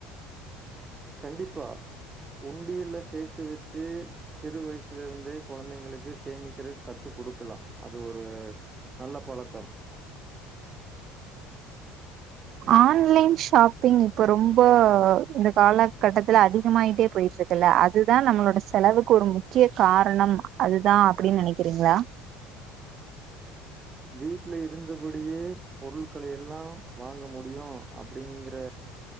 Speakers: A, on the right; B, on the right.
A: கண்டிப்பா ஒண்டியில்ல சேத்து வச்சு சிறு வயசுலருந்தே கொழந்தைங்களுக்கு சேமிக்கிறத் கத்து குடுக் க்லா அது ஒரு நல்ல பழக்கம்
B: ஆன்லைன் ஷாப் பிங் இப்ப ரொம்போ இந்த காலகட்டத்தில அதிகமாய்ட்டே போயிட்ருக்குல அதுதா நம்ளோட செ லவுக்கு ஒரு முக்கிய காரணம் அதுதா அப்டின் நெனக்றீங்ளா
A: வீட்ல இருந்தபட் டியே பொருள்களை எல்லா வாங்க முடியு அப்டிங்கிற